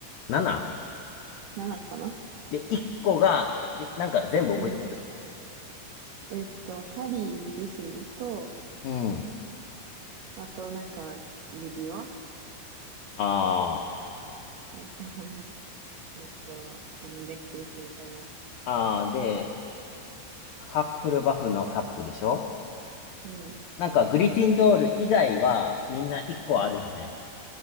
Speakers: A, on the left (about 80°); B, on the right (about 65°).
A: ?7?
B: ?7 かな
A: で、1個が、え、なんか全部覚えてる
B: うん。えっと、ハリー自身と、
A: うん。
B: あとなんか、指輪
A: ああ、
B: あと、<laughs> えっと、あの、ネックレスみたいな。
A: ああ、で、ハッフルバフのカップでしょ
B: うん。
A: なんかグリフィンドール以外はみんな1個あるよね。
B: うん。